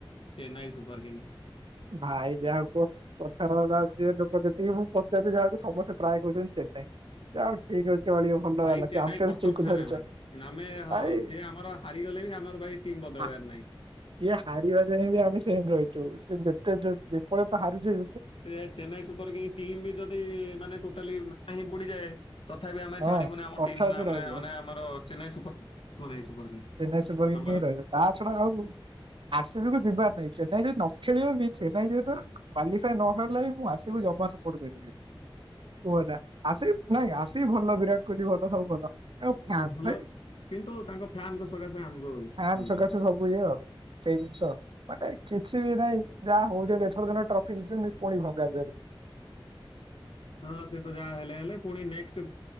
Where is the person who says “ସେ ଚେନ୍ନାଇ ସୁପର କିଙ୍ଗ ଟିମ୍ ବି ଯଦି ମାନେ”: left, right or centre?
Left